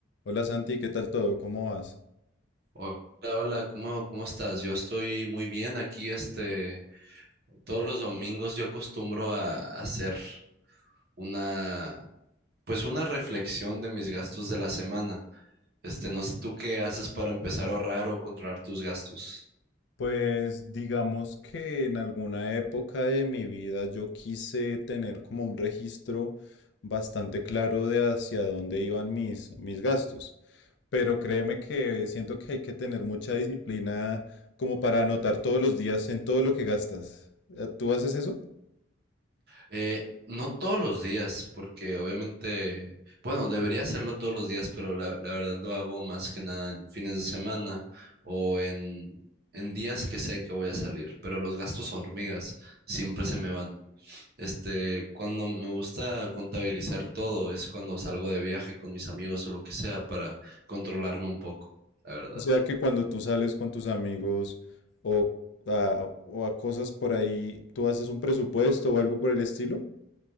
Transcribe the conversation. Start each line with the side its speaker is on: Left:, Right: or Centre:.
Left: Hola Santi, ¿qué tal todo? ¿Cómo vas?
Right: Hola, hola, ¿cómo, cómo estás? Yo estoy muy bien aquí, este, todos los domingos yo acostumbro a, hacer una, pues una reflexión de mis gastos de la semana. Este, no sé, ¿tú qué haces para empezar a ahorrar o controlar tus gastos?
Left: Pues digamos que en alguna época de mi vida yo quise tener como un registro bastante claro de hacia dónde iban mis, mis gastos, pero créeme que siento que hay que tener mucha disciplina como para anotar todos los días en todo lo que gastas. Eh, ¿Tú haces eso?
Right: Eh, no todos los días, porque obviamente, bueno, debería hacerlo todos los días, pero la, la verdad lo hago más que nada en fines de semana o en, en días que sé que voy a salir, pero los gastos hormigas siempre se me van. Este, cuando me gusta contabilizar todo es cuando salgo de viaje con mis amigos o lo que sea para controlarme un poco, la verdad.
Left: O sea que cuando tú sales con tus amigos o a, o a cosas por ahí, ¿tú haces un presupuesto o algo por el estilo?